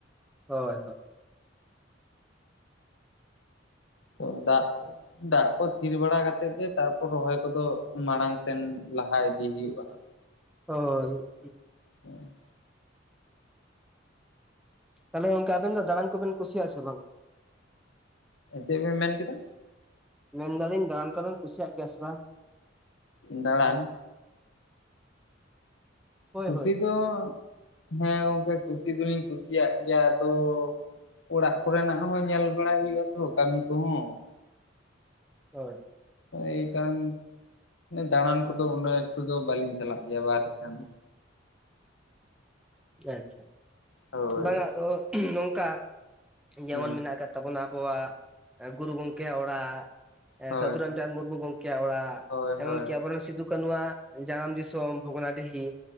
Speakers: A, in the centre; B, on the left.
A: ᱦᱳᱭ ᱦᱳᱭ ᱾
B: ᱛᱚ ᱫᱟᱜ ᱫᱟᱜ ᱠᱚ ᱛᱷᱤᱨ ᱵᱟᱲᱟ ᱠᱟᱛᱮ ᱜᱮ ᱛᱟᱨᱯᱚᱨ ᱨᱚᱦᱚᱭ ᱠᱚᱫᱚ ᱢᱟᱲᱟᱝ ᱥᱮᱱ ᱞᱟᱦᱟ ᱤᱫᱤ ᱦᱩᱭᱩᱜᱼᱟ ᱾
A: ᱦᱳᱭ ᱾
B: ᱦᱩᱸ᱾
A: ᱛᱟᱦᱚᱞᱮ ᱜᱚᱝᱠᱮ, ᱟᱵᱮᱱ ᱫᱚ ᱫᱟᱬᱟᱱ ᱠᱚᱵᱮᱱ ᱠᱩᱥᱤᱭᱟᱜᱼᱟ ᱥᱮ ᱵᱟᱝ?
B: ᱪᱮᱫ ᱵᱮ ᱢᱮᱱ ᱠᱮᱫᱟ?
A: ᱢᱮᱱᱫᱟᱞᱤᱧ ᱫᱟᱲᱟᱱ ᱠᱚᱵᱮᱧ ᱠᱩᱥᱤᱭᱟᱜ ᱜᱮᱭᱟ ᱥᱮ ᱵᱟᱝ?
B: ᱫᱟᱬᱟᱱ?
A: ᱦᱳᱭ
B: ᱠᱩᱥᱤ
A: ᱦᱳᱭ
B: ᱫᱚ ᱦᱮᱸ ᱜᱚᱝᱠᱮ ᱠᱩᱥᱤ ᱫᱚᱞᱤᱧ ᱠᱩᱥᱤᱭᱟᱜ ᱜᱮᱭᱟ ᱟᱫᱚ᱾ ᱚᱲᱟᱜ ᱠᱚᱨᱮᱱᱟᱜ ᱦᱚᱸ ᱧᱮᱞ ᱵᱟᱲᱟᱭ ᱦᱩᱭᱩᱜ-ᱟ ᱛᱚ ᱠᱟᱹᱢᱤ ᱠᱚᱦᱚᱸ᱾
A: ᱦᱳᱭ᱾
B: ᱮᱭ ᱠᱟᱨᱚᱱ ᱫᱟᱬᱟᱱ ᱠᱚᱫᱚ ᱩᱱᱟᱹᱜ ᱮᱠᱴᱩ ᱫᱚ ᱵᱟᱹᱞᱤᱧ ᱪᱟᱞᱟᱜ ᱜᱮᱭᱟ ᱵᱟᱦᱨᱮ ᱥᱮᱱ᱾
A: ᱟᱪᱪᱷᱟ
B: ᱦᱳᱭ
A: ᱵᱟᱝ-ᱟ ᱟᱫᱚ ᱱᱚᱝᱠᱟ ᱡᱮᱢᱚᱱ
B: ᱦᱩᱸ
A: ᱢᱮᱱᱟᱜ ᱟᱠᱟᱫ ᱛᱟᱵᱚᱱᱟ ᱟᱵᱚᱣᱟᱜ ᱜᱩᱨᱩ ᱜᱚᱝᱠᱮᱭᱟᱜ ᱚᱲᱟᱜ᱾
B: ᱦᱳᱭ
A: ᱥᱟᱫᱷᱩ ᱨᱟᱢᱪᱟᱸᱫᱽ ᱢᱩᱨᱢᱩ ᱜᱚᱝᱠᱮᱭᱟᱜ ᱚᱲᱟᱜ᱾
B: ᱦᱳᱭ
A: ᱮᱢᱚᱱᱠᱤ
B: ᱦᱳᱭ
A: ᱟᱵᱚᱨᱮᱱ ᱥᱤᱫᱩ ᱠᱟᱱᱩᱣᱟᱜ ᱡᱟᱱᱟᱢ ᱫᱤᱥᱚᱢ ᱵᱷᱚᱜᱽᱚᱱᱟᱰᱤᱦᱤ᱾